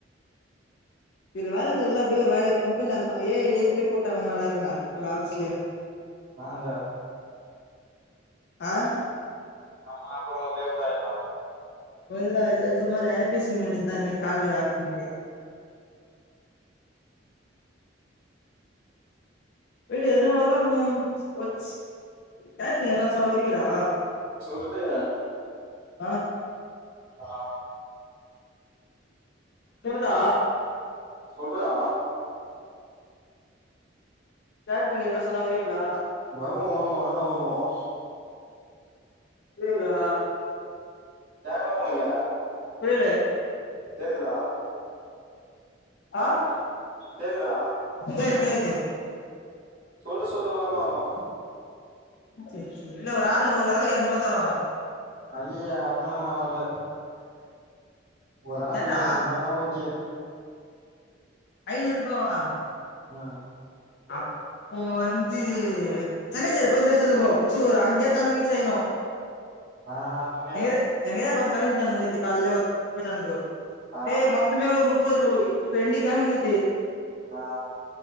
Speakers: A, on the left (about 60°); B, on the right (about 65°).
A: இதுல வேல இருந்த அப்டியே ஒரு வேல கம்பெனில இருந்த ஏன் இ இதுலயே போட்டாங்கா நல்லா இருங்கா ஒரு ஆபீஸ்லயே
B: அந்த
A: ஆஹ்
B: நம்மலா அப்புறம் ஒரு லேபுலா ஆயிரலாம்
A: ஒல்ல இது சும்மா ஜாலியா பேசினு இருக்க வேண்டியது தான் இந்த மாதிரி கால்லயா ஆப்புங்குதே வீடு எதுனா வளாடணும் ஓட்ஸ் கேட்ரிங் எதுன்னா சொன்னா வருவீங்களா
B: சொல்லு
A: ஆஹ்
B: ஆஹ்
A: சுமதா
B: சொல்றா
A: பேட் நீங்க இதல்லாம் சொன்ன வருவீங்களா
B: வருவோ வருவோ அதெல்லாம் வருவோம்
A: இந்தா
B: கேக்கல உங்களுக்கு
A: புரியல
B: கேக்குதா
A: ஆஹ்
B: கேக்குதா
A: கேக் கேக்குது
B: சொல்லு சொல்லு வரோம் வரோ
A: செர் செரி இல்ல ஒரு ஆள் ஒரு ஆளுக்குக்கு இரநூறுபா தறோம்
B: அய்யய அப்பனா நான் வரல ஒரு ஆளுக்கு
A: ஏன்டா
B: ஐநூறுபானா ஓக்கே
A: ஐநூறு ரூபாவா
B: ஆஹ்
A: அப்போ வந்து சென்னை சைடு போ சொல்லுங்கோ பிச்சுகோ அங்கேயா தங்கி செய்யனும்
B: ஆ அதுக்குனே
A: <unintelligible> தரிங் தனா நெத்து த்தாலே வ போட்டனுக ப்ரோ
B: ஆ
A: ஏ மொத்தமே ஒரு நுப் பருவ ரெண்டு கேங்கு இது
B: ஆஹ்